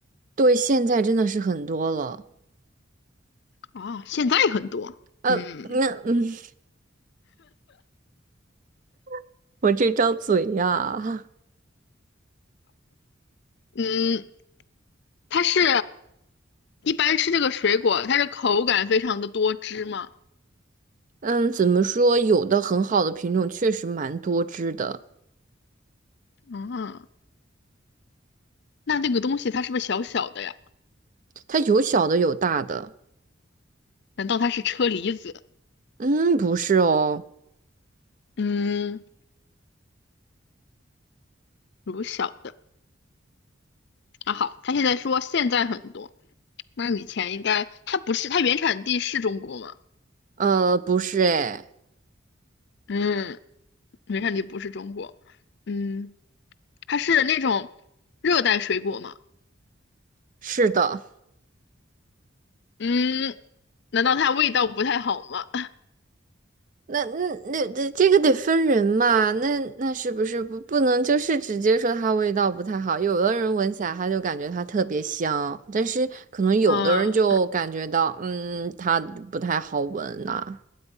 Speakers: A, on the right; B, on the left.
A: 对，现在真的是很多了。
B: 啊，现在很多。
A: 呃，
B: 嗯
A: 那嗯，<laughs> 我这张嘴呀，
B: 嗯，它是一般吃这个水果，它是口感非常的多汁嘛。
A: 嗯，怎么说？有的很好的品种确实蛮多汁的，
B: 啊，那那个东西它是不是小小的呀？
A: 它有小的有大的。
B: 难道它是车厘子？
A: 嗯，不是哦，
B: 嗯，如小的。啊，好，他现在说现在很多，那以前应该他不是，他原产地是中国吗？
A: 呃，不是，哎，
B: 嗯，原产地不是中国，嗯，它是那种热带水果吗？
A: 是的。
B: 嗯，难道它味道不太好吗？<laughs>
A: 那那那这这个得分人嘛，那那是不是不不能就是直接说它味道不太好？有的人闻起来他就感觉它特别香，但是可能有的人就感觉到，
B: 嗯
A: 嗯，它不太好闻呐、